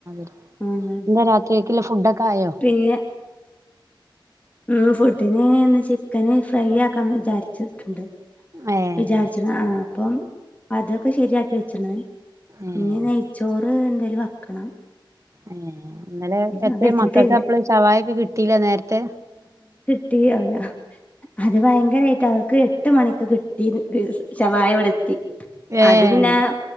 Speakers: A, on the right; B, on the left.
A: <unintelligible>
B: ഉം ഉം
A: എന്താ രാത്രിക്കില്ല ഫുഡോക്കെ ആയോ
B: പിന്നെ ഉം ഫുഡിനെന്ന് ചിക്കന് ഫ്രൈ ആക്കാൻ വിചാരിച്ചിട്ടുണ്ട്
A: ഏഹ്
B: വിചാരിച്ചണ് ആ അപ്പം അതൊക്കെ ശരിയാക്കി വെച്ചണ്
A: ഏഹ്
B: ഇനി നെയ് ചോറ് എന്തേലും വക്കണം
A: ഏ ഇന്നലെ എത്ര
B: അത് വെച്ചിട്ടില്ല
A: മക്കൾക്ക് അപ്പള് ശവായക്ക കിട്ടില്ല നേരത്തെ
B: ട്ടി ആവൂല അത് ഭയങ്കരായിട്ട് അവക്ക് എട്ട് മണിക്ക് കിട്ടിത് ശവായിവടെത്തി
A: ഏഹ്
B: അത് പിന്നെ